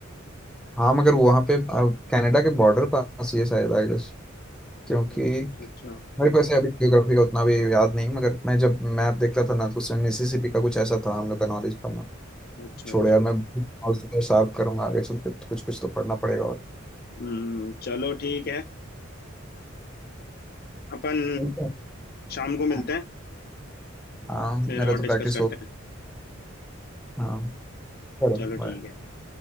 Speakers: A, in the centre; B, on the left.
A: हाँ मगर वहाँ पे अब कनाडा के बॉर्डर पास ये शायद आई गेस क्योंकि
B: ओह, अच्छा अच्छा अच्छा
A: मेरे को ऐसे अभी ज्योग्राफी का उतना भी याद नहीं मगर मैं जब मैप देखता था ना तो उसमें मिसिसिपी का कुछ ऐसा था हम लोग का नॉलेज
B: अच्छा
A: छोड़
B: अच्छा
A: यार मैं नॉलेज को शार्प करूंगा आगे चल के तो कुछ कुछ तो पढ़ना पड़ेगा और
B: हम्म चलो ठीक है अपन
A: ठीक है
B: शाम को मिलते
A: हाँ,
B: हैं
A: हाँ
B: फिर
A: मेरा
B: और
A: तो
B: डिस्कस
A: प्रैक्टिस
B: करते
A: हो
B: हैं
A: हाँ चलो
B: चलो
A: bye।
B: ठीक है बाय